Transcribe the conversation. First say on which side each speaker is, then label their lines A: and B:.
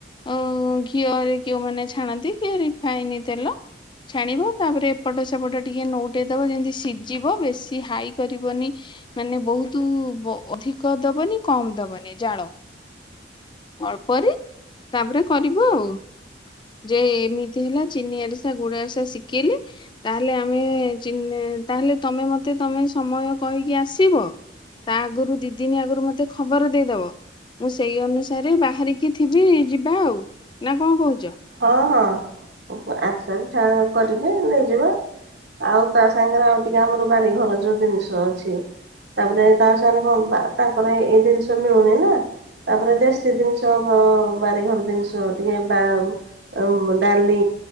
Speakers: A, on the left (about 25°); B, on the right (about 65°).
A: ଅ ଘିଅରେ କେଉଁମାନେ ଛାଣନ୍ତି କିଏ ରିଫାଇନ ତେଲ? ଛାଣିବ ତାପରେ ଏପଟ ସେପଟ ଟିକେ ନୋଉଟେଇ ଦବା ଯେମିତି ସିଝିବ ବେଶୀ ହାଇ କରି ଦବନି ମାନେ ବହୁତ ବ ଅଧିକ ଦବନି କମ ଦବନି ଜାଳ ଅଳ୍ପରେ ତାପରେ କରିବୁ ଆଉ ଯେ ଏମିତି ହେଲା ଚିନି ଆରିସା ଗୁଡ ଆରିସା ଶିଖିଲେ ତାହେଲେ ଆମେ ଚିନି ତାହେଲେ ତମେ ମତେ ତମେ ସମୟ କହିକି ଆସିବ। ତା ଆଗରୁ ଦି ଦିନି ଆଗରୁ ମତେ ଖବର ଦେଇଦବ। ମୁଁ ସେଇ ଅନୁସାରେ ବାହାରିକି ଥିବି ଯିବା ଆଉ ନା କଣ କହୁଛ?
B: ହଁ ହଁ ଆରେଶା ପିଠା କରିକି ନେଇଯିବା। ଆଉ ତା ସାଙ୍ଗରେ ଆଉ ଟିକେ ଆମର ବାରିଘର ଯୋଉ ଜିନିଷ ଅଛି ତାପରେ ତାଙ୍କ ସାଙ୍ଗ କଣ ତାଙ୍କର ଏଇ ଜିନିଷ ମିଳୁନି ନା। ତାପରେ ଦେଶୀ ଜିନିଷ ବାରିଘର ଜିନିଷ ଟିକେ ବା ଉ ଡାଲି